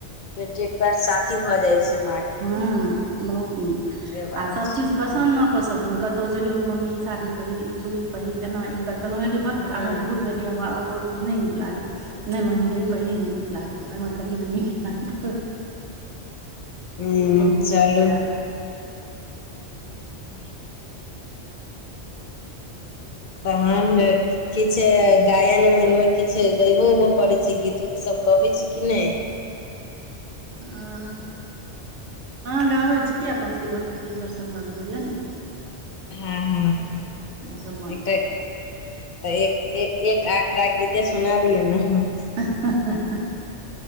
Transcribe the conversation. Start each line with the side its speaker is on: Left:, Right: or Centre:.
Left: जेकर साथी भऽ जाय छै मा
Right: हाँ बहुत नीक
Left: बात
Right: आ सब
Left: छै
Right: चीज पसन्द न पसन्द हुनकर तो जैयौ ते मम्मी ई साड़ी पहिर, ई चूड़ी पहिर, एना ई कह देलौ हे गे भक
Left: हँ
Right: आब हम बूढ़ भेलिये। इ हमरा ओत ने नीक लागे ने मम्मी हेइ पहिरी नऽ नीक लागतौ एना करी नऽ नीक लागतौ।
Left: ह
Right: बहुत
Left: चलू
Right: होइ छै आट
Left: <unintelligible> तहन है किछ गायन उायन मे किछु गबो उबो करै छै गीत उत सब गबै छी कि नहि
Right: आ अहाँ गाबैत छी अपना सभके भगवती घर सभ्मे जे होइए नऽ
Left: हँ हँ
Right: ओहि सबमे
Left: एकटा ए एक एक एक आखरा गीते सुना दियौ नऽ।
Right: <unintelligible>